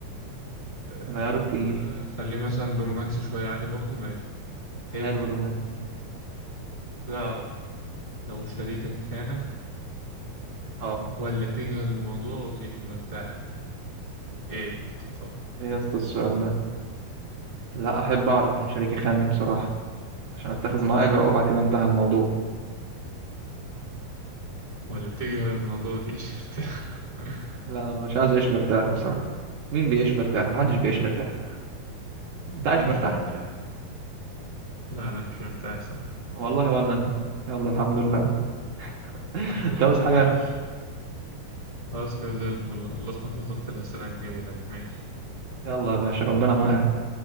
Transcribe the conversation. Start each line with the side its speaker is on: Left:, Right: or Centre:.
Left: آه...
Right: العيار التقيل
Left: خليه مثلا رومانسي شوية عادي برضو ماشي تحب
Right: حلو الرومانسي
Left: تعرف لو شريكك خانك
Right: اه
Left: ولا تجهل الموضوع وتعيش مرتاح ايه تختار
Right: ايه يا اسطى السؤال ده لا احب اعرف ان شريكي خانني بصراحه عشان اتخذ معاه اجراء وبعد كده انتهى الموضوع
Left: ولا تجهل الموضوع وتعيش مرتاح <laughs>
Right: لا مش عايز اعيش مرتاح بصراحه مين بيعيش مرتاح محدش بيعيش مرتاح انت عايش
Left: محدش
Right: مرتاح
Left: مرتاح لا انا مش مرتاح صراحة
Right: والله ولا انا يلا الحمد لله <laughs>
Left: الحمد
Right: انت
Left: لله
Right: عاوز حاجة
Left: ماشي خلاص كده زي الفل خلصنا فقرة الأسئلة الجميلة دي. ماشي
Right: يلا يا باشا ربنا معاك